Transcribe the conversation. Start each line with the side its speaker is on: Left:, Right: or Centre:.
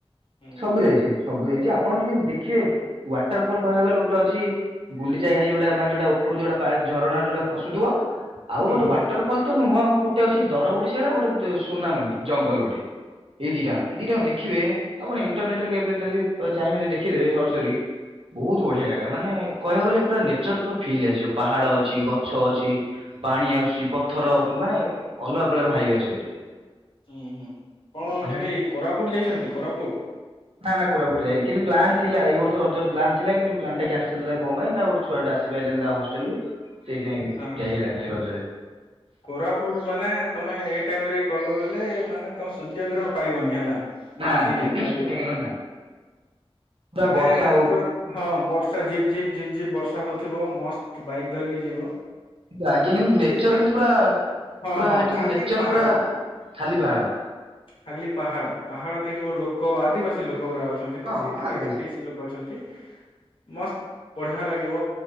Left: ହୁଁ
Right: ସବୁ
Left: ହୁଁ।
Right: ଯାଇଛି ସବୁ ଯାଇଛି ଆପଣ କେମିତି ଦେଖିବେ ୱାଟର ଫଲ କହିବାକୁ ଗଲେ ଗୋଟେ ଅଛି ଗୁଣ୍ଡିଚା ଘାଇ ଯୋଉଟା ମାନେ ଯୋଉଟା ଉପରୁ ଯୋଉଟା ପାର୍କ ଝରଣା ଯୋଉଟା ଖସୁଥିବ ଆଉ
Left: ହୁଁ
Right: ଗୋଟେ
Left: ହୁଁ
Right: ୱାଟର ଫଲ ତ ନୁହଁ ଗୋଟେ ଅଛି ଦର ଗୁଡିଶିଳା ଗୋଟେ ସୁନାମନି ଜଙ୍ଗଲ ଗୋଟେ। ଏଇ ଦିଟାଙ୍କ
Left: ହୁଁ ହୁଁ
Right: ଏଇ ଦିଟା ଦେଖିବେ ଆପଣ ଇଣ୍ଟରନେଟରେ କେବେ ଥରେ ଚାହିଁ ବେ ଯଦି ଦେଖିଦେବେ ସର୍ଚ୍ଚ କରି ବହୁତ ବଢିଆ ଜାଗା ମାନେ କହିବାକୁ ଗଲେ ପୁରା ନେଚର ପୁରା ଫିଲ୍ ଆସିଯିବ ପାହାଡ ଅଛି ଗଛ ଅଛି। ପାଣି ଆସୁଛି ପଥର ମାନେ ଅଲଗା ପ୍ରକାର ଭାଇବ ଆସିବ ସେଠି।
Left: ହୁଁ ହୁଁ କଣ
Right: ଆଉ
Left: କେବେ କୋରାପୁଟ ଯାଇଛନ୍ତି କୋରାପୁଟ?
Right: ନା ନା କୋରାପୁଟ ଯାଇନି କିନ୍ତୁ ପ୍ଲାନ ଥିଲା ଏଇ ବର୍ଷ ରଜ ରେ ପ୍ଲାନ ଥିଲା କିନ୍ତୁ ପ୍ଲାନ୍ ଟା କ୍ୟାନସଲ ହେଲା କଣ ପାଇଁନା ଗୋଟେ ଛୁଆ ଟା ଆସିପାରିଲାନି ତା ହଷ୍ଟେଲ ରୁ ସେଇଥିପାଇଁ
Left: ହଁ ହଁ।
Right: ଯାଇ ହେଲାନି ଏଇ ରଜରେ।
Left: କୋରାପୁଟ ମାନେ ତମେ ଏଇ ଟାଇମ ରେ ଗଲ ବଲେ ମାନେ ତମେ ସୂର୍ଯ୍ୟ କିିରଣ ପାଇବନି ହେଲା।
Right: ନା
Left: ଏମିତି
Right: ନା ଏବେ
Left: ଲାଗିବ
Right: ସୁଯୋଗର ନାହିଁ। ପୁରା
Left: ମାନେ
Right: ବର୍ଷା ହଉ
Left: ତ ହଁ ବର୍ଷ ର୍ଷା ଝିପ ଝିପ ଝିପ ଝିପ ବର୍ଷା ହଉଥିବ ମସ୍ତ ବାଇକ ଧରିକି ଯିବ।
Right: ଲାଗିନ
Left: କିଛି
Right: ନେଚର
Left: ମାନେ
Right: କିନ୍ତୁ ପୁରା
Left: ହଁ
Right: ପୁରା
Left: ହଁ
Right: ହେଠି
Left: ଖାଲି
Right: ନେଚର
Left: ପାହାଡ।
Right: ପୁରା ଖାଲି ପାହାଡ।
Left: ଖାଲି ପାହାଡ ପାହାଡ ଦେଖିବ ଲୋକ ଆଦିବାସୀ ଲୋକ ଗୁଡାକ ଅଛନ୍ତି ବେଶୀ
Right: ହଁ ହଁ
Left: ଟିକେ
Right: ଆଗେ
Left: ଏସ୍ ଟି ଏସ୍ ସି ଲୋକ ଅଛନ୍ତି। ମସ୍ତ ବଢିଆ ଲାଗିବ